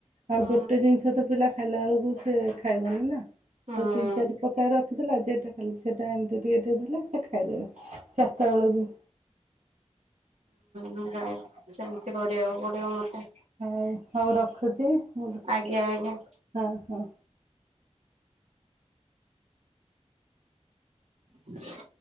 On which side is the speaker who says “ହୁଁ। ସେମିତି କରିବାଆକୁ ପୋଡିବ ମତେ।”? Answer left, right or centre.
Right